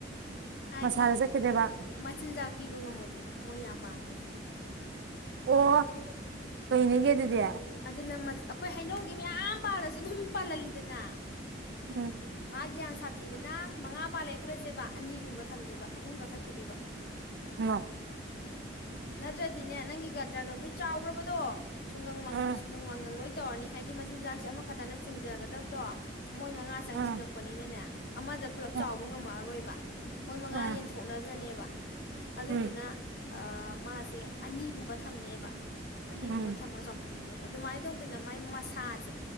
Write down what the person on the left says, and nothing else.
ꯍꯥꯏꯗꯤ
ꯃꯆꯤꯟꯖꯥꯛ ꯄꯤꯕ ꯉꯝꯃꯣꯏꯗꯣꯏꯕ ꯃꯣꯏ ꯌꯥꯝ ꯄꯥꯟꯕꯒꯤ
ꯑꯗꯨꯅ ꯃ ꯑꯩꯈꯣꯏ ꯍꯩꯅꯧꯗꯤ ꯃꯌꯥꯝ ꯄꯥꯜꯂꯁꯨ ꯑꯗꯨꯝ ꯄꯥꯜꯍꯜꯂꯤꯗꯅ
ꯃꯥꯒꯤ ꯌꯥꯝ ꯁꯥꯇꯤꯕꯅ ꯃꯉꯥ ꯄꯥꯂꯦ ꯈꯜ ꯂꯖꯦꯕ ꯑꯅꯤꯒꯨꯝꯕ ꯊꯝꯗꯣꯏꯕ ꯑꯍꯨꯝꯒ ꯀꯛꯊꯠ ꯈꯤꯗꯣꯏꯕ
ꯅꯠꯇ꯭ꯔꯗꯤꯅꯦ ꯅꯪꯒꯤꯒ ꯗ꯭ꯔꯥꯒꯟ ꯐ꯭ꯔꯨꯠ ꯆꯥꯎꯒꯔꯕꯗꯣ ꯁꯨꯡꯒꯪ ꯃꯥꯡꯒꯪ
ꯁꯨꯡꯒꯪ ꯃꯥꯡꯒꯪ ꯂꯣꯏ ꯇꯧꯔꯅꯤ ꯍꯥꯏꯗꯤ ꯃꯆꯤꯟꯖꯥꯛꯁꯦ ꯑꯃꯈꯛꯇꯅ ꯆꯤꯡꯖꯒꯗꯕꯗꯣ ꯃꯣꯏ ꯃꯉꯥ ꯆꯪ
ꯆꯤꯡꯉꯛꯄꯅꯤꯅꯅꯦ ꯑꯃꯗ ꯄꯨꯂꯞ
ꯆꯥꯎꯕ ꯉꯝꯃꯛꯑꯔꯣꯏꯕ ꯃꯣꯏ ꯃꯉꯥ
ꯌꯦꯟꯊꯣꯛꯅꯒꯔꯅꯦꯕ ꯑꯗꯨꯗꯨꯅ
ꯑꯥ ꯃꯥꯁꯦ ꯑꯅꯤꯒꯨꯝꯕ ꯊꯝꯅꯦꯕ ꯑꯅꯤꯒꯨꯝꯕ
ꯊꯝꯃ ꯆꯥꯎꯍꯟꯗꯣꯏꯅꯦꯕ ꯑꯗꯨꯃꯥꯏ ꯇꯧꯗꯅ ꯃꯥꯏ ꯃꯁꯥꯁꯦ